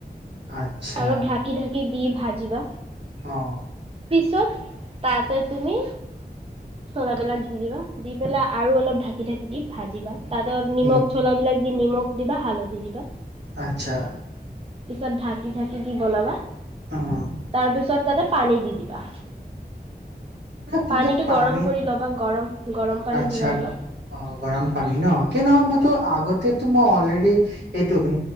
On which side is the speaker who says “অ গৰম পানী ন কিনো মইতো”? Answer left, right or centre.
Right